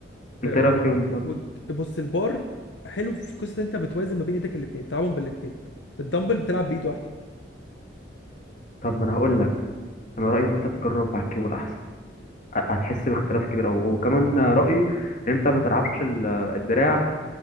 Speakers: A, on the left (about 45°); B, on the left (about 75°).
A: انت
B: اه،
A: ايه
B: و...
A: رايك فيهم بقى
B: و... بص البار حلو في قصة إن انت بتوازن ما بين ايدك الاتنين بتلعبهم بالاتنين الدمبل بتلعب بايد واحدة
A: طب ما انا هقول لك انا رايي انت تجرب مع الكيبل احسن ه- هتحس باختلاف كبير قوي وكمان رايي انت ما تلعبش ال- الدراع